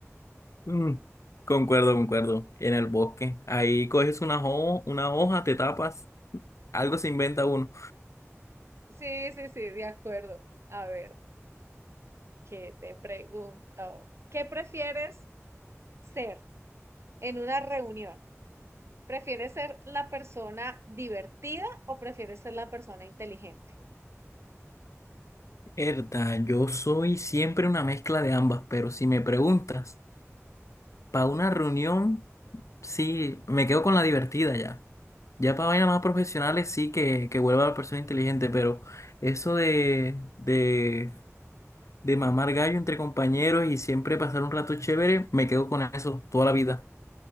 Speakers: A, on the left; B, on the right.
A: Mm, Concuerdo, concuerdo. En el bosque. Ahí coges una, ho- una hoja, te tapas. Algo se inventa uno.
B: Sí, sí, sí, de acuerdo. A ver, ¿qué te pregunto? ¿Qué prefieres ser en una reunión? ¿Prefieres ser la persona divertida o prefieres ser la persona inteligente?
A: Herda, yo soy siempre una mezcla de ambas, pero si me preguntas, para una reunión, sí, me quedo con la divertida ya. Ya para vainas más profesionales sí que, que vuelva la persona inteligente, pero eso de, de, de mamar gallo entre compañeros y siempre pasar un rato chévere, me quedo con eso toda la vida.